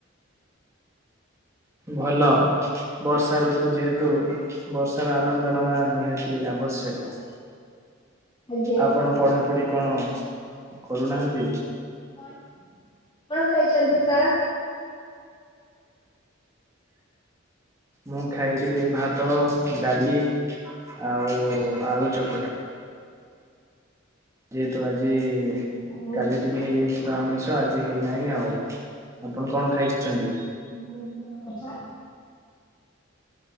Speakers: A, on the right (about 15°); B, on the left (about 20°).
A: ଭଲ। ବର୍ଷା ଋତୁ ଯେହେତୁ ବର୍ଷାର ଆନନ୍ଦ ନେବା ନିହାତି ଆବଶ୍ୟକ।
B: ଆଜ୍ଞା।
A: ଆପଣ ପଢାପଢି କଣ କରୁନାହାନ୍ତି?
B: କଣ କଣ ଖାଇଛନ୍ତି ସାର୍?
A: ମୁଁ ଖାଇଛି ଭାତ, ଡାଲି ଆଉ ଆଳୁ ଚକଟା। ଯେହେତୁ ଆଜି
B: ବହୁତ
A: କାଲି ଟିକେ ହେଇଯାଇଥିଲା ତ ଆମିଷ ଆଜି ହେଇନାହିଁ ଆଉ, ଆପଣ କଣ ଖାଇଛନ୍ତି?
B: ବହୁତ ଭଲ କଥା।